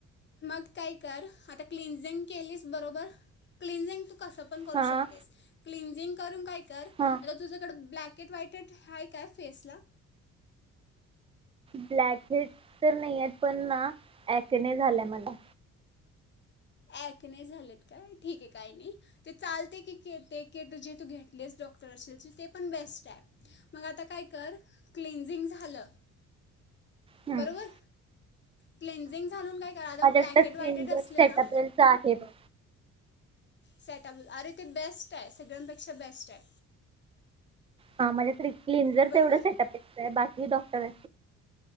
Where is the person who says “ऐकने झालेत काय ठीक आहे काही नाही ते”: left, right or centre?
Left